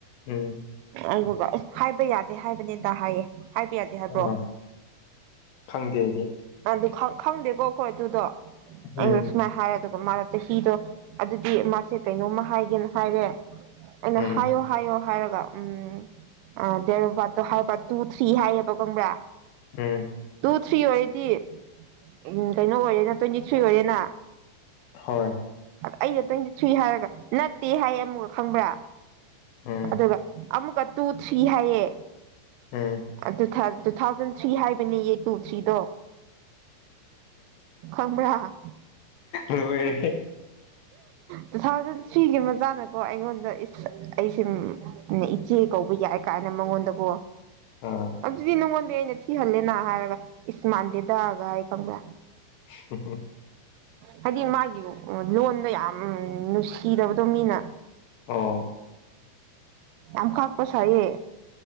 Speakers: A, on the left; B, on the right.
A: ꯎꯝ
B: ꯑꯗꯨꯒ ꯑꯦ ꯍꯥꯏꯕ ꯌꯥꯗꯦ ꯍꯥꯏꯕꯅꯤꯗ ꯍꯥꯏꯌꯦ ꯍꯥꯏꯕ ꯌꯥꯗꯦ ꯍꯥꯏꯕ꯭ꯔꯣ
A: ꯑ ꯈꯪꯗꯦ ꯑꯩꯗꯤ
B: ꯅꯪꯗꯨ ꯈꯪ ꯈꯪꯗꯦꯀꯣ ꯑꯩꯈꯣꯏ ꯑꯗꯨꯗꯣ ꯑꯩꯅ
A: ꯎꯝ
B: ꯁꯨꯃꯥꯏꯅ ꯍꯥꯏꯔꯦ ꯑꯗꯨꯒ ꯃꯥꯅ ꯆꯍꯤꯗꯣ ꯑꯗꯨꯗꯤ ꯃꯥꯁꯦ ꯀꯩꯅꯣꯝꯃ ꯍꯥꯏꯒꯦꯅ ꯍꯥꯏꯔꯦ ꯑꯩꯅ ꯍꯥꯏꯌꯣ
A: ꯎꯝ
B: ꯍꯥꯏꯌꯣ ꯍꯥꯏꯔꯒ ꯎꯝ ꯗꯦꯔꯣꯠꯇꯣ ꯍꯥꯏꯕ ꯇꯨ ꯊ꯭ꯔꯤ ꯍꯥꯏꯌꯦꯕ ꯈꯪꯕ꯭ꯔꯥ
A: ꯎꯝ
B: ꯇꯨ ꯊ꯭ꯔꯤ ꯑꯣꯏꯔꯗꯤ ꯎꯝ ꯀꯩꯅꯣ ꯑꯣꯏꯔꯦꯅ ꯇ꯭ꯋꯦꯟꯇꯤ ꯊ꯭ꯔꯤ ꯑꯣꯏꯔꯦꯅ
A: ꯍꯣꯏ
B: ꯑꯩꯅ ꯇ꯭ꯋꯦꯟꯇꯤ ꯊ꯭ꯔꯤ ꯍꯥꯏꯔꯒ ꯅꯠꯇꯦ ꯍꯥꯏꯌꯦ ꯑꯃꯨꯛꯒ ꯈꯪꯕ꯭ꯔꯥ
A: ꯎꯝ
B: ꯑꯗꯨꯒ ꯑꯃꯨꯛꯀ ꯇꯨ ꯊ꯭ꯔꯤ ꯍꯥꯏꯌꯦ
A: ꯎꯝ
B: ꯑꯗꯨ ꯊꯥꯎ ꯇꯨ ꯊꯥꯎꯖꯟ ꯊ꯭ꯔꯤ ꯍꯥꯏꯕꯅꯦꯌꯦ ꯇꯨ ꯊ꯭ꯔꯤꯗꯣ ꯈꯪꯕ꯭ꯔꯥ
A: ꯂꫭꯏꯔ‌ꯦꯍ‌ꯦ
B: ꯇꯨꯊꯥꯎꯖꯟ ꯊꯔꯤꯒꯤ ꯃꯆꯥꯅꯀꯣ ꯑꯩꯉꯣꯟꯗ ꯑꯩꯁꯦ ꯏꯆꯦ ꯀꯧꯕ ꯌꯥꯏ ꯀꯥꯏꯅ ꯃꯉꯣꯟꯗꯀꯣ
A: ꯑ
B: ꯑꯗꯨꯗꯤ ꯅꯪꯉꯣꯟꯗꯩ ꯑꯩꯅ ꯊꯤꯍꯜꯂꯦꯅ ꯍꯥꯏꯔꯒ ꯏꯁꯃꯥꯟꯗ‌ꯦꯗꯥ ꯒꯥꯏ ꯈꯪꯕ꯭ꯔꯥ
A: <unintelligible>
B: ꯍꯥꯏꯗꯤ ꯃꯥꯒꯤ ꯂꯣꯟꯗꯣ ꯌꯥꯝ ꯅꯨꯡꯁꯤꯗꯕꯗꯣ ꯃꯤꯅ
A: ꯑꫭ
B: ꯌꯥꯝ ꯀꯥꯛꯄ ꯁꯥꯏꯌꯦ